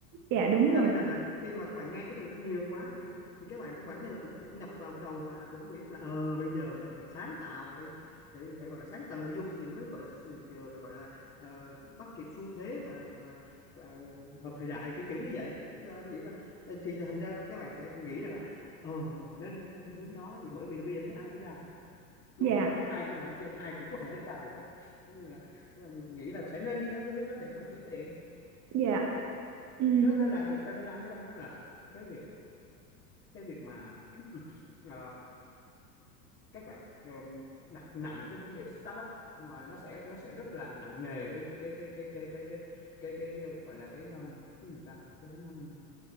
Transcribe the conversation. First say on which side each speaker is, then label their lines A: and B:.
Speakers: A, on the right; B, on the left.
A: dạ
B: đó
A: đúng rồi
B: cho nên rằng là khi mà các bạn nghe cái từ đó nhiều quá thì thì các bạn cũng bản thân là cũng cũng nhập vào cái đầu và cũng nghĩ là ờ bây giờ nó phải sáng tạo phải phải phải gọi là sáng tạo nội dung thì mới gọi là gọi là, gọi là ờ, bắt kịp xu thế và và và hợp thời đại kiểu kiểu như vậy Tức là anh nghĩ là ờ, thì thành ra các bạn sẽ nghĩ rằng là ờ mình nên đi theo cái hướng đó thì bởi vì là bây giờ thấy ai cũng làm hết đúng
A: dạ
B: không thấy ai cũng làm chứ ai cũng có thể làm được hết Cho nên là nghĩ là sẽ nên đi theo cái hướng đó để mà kiếm tiền
A: dạ ừ
B: đó nên là cho nên là anh mới đang nói là cái việc cái việc mà <clears throat> ờ, các bạn ờm, đặt nặng cái vấn đề startup mà nó sẽ nó sẽ rất là nặng nề với cái cái cái cái cái cái cái cái ờ, gọi là cái ờm, cái gì ta cái ờm,